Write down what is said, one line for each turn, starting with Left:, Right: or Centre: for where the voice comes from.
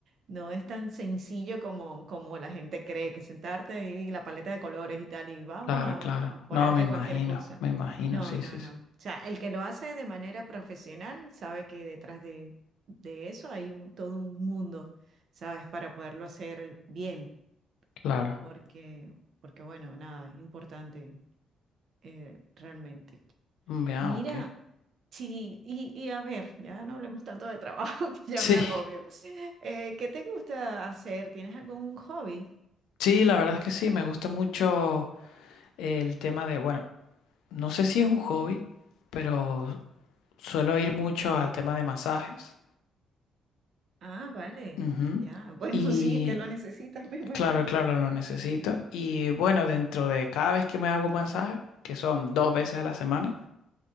Right: No es tan sencillo como, como la gente cree, que sentarte ahí y la paleta de colores y tal, y vamos
Left: Claro,
Right: a,
Left: claro.
Right: a ponerte
Left: No, me imagino,
Right: cualquier cosa.
Left: me imagino,
Right: No,
Left: sí,
Right: no,
Left: sí,
Right: no.
Left: sí.
Right: O sea, el que lo hace de manera profesional sabe que detrás de, de eso hay un, todo un mundo, ¿sabes? Para poderlo hacer bien,
Left: Claro.
Right: porque, porque bueno, nada, es importante eh, realmente.
Left: Mm, Ah,
Right: Mira,
Left: ok.
Right: sí, y, y a ver, ya no hablemos tanto de trabajo, <laughs> que ya
Left: Sí,
Right: me agobio. <laughs> Eh, ¿qué te gusta hacer? ¿Tienes algún hobby?
Left: sí, la verdad es que sí, me gusta mucho. El tema de, bueno, no sé si es un hobby, pero suelo ir mucho al tema de masajes.
Right: Ah, vale,
Left: Ujú.
Right: ya. Bueno,
Left: Y
Right: <laughs> sí, es que lo necesitas, me imagino.
Left: claro, claro, lo necesito. Y bueno, dentro de cada vez que me hago un masaje, que son dos veces a la semana,